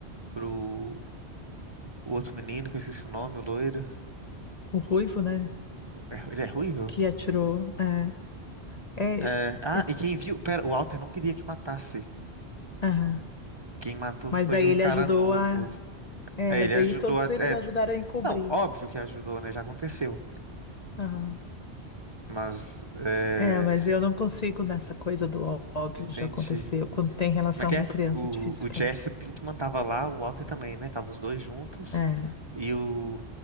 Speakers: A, on the right; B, on the left.
A: pro o outro menino, que eu esqueci o nome, o loiro.
B: O Ruivo, né,
A: É, ele é ruivo?
B: que atirou, é. É,
A: É, ah,
B: esse-
A: e quem viu. Pera, o Walter não queria que matasse.
B: aham.
A: Quem matou
B: Mas
A: foi
B: daí
A: o
B: ele
A: cara
B: ajudou
A: novo.
B: a... É,
A: É,
B: mas
A: ele
B: daí
A: ajudou
B: todos
A: a. É,
B: eles ajudaram a encobrir.
A: não, óbvio que ajudou, né? Já aconteceu.
B: Aham.
A: Mas, é...
B: É, mas eu não consigo nessa coisa do óbvio
A: Entendi.
B: já aconteceu. Quando tem relação
A: Como é que
B: com
A: é?
B: criança,
A: O,
B: é difícil
A: o
B: pra
A: Jesse
B: mim.
A: Pinkman tava lá, o Walter também, né? Tava os dois juntos.
B: É.
A: E o...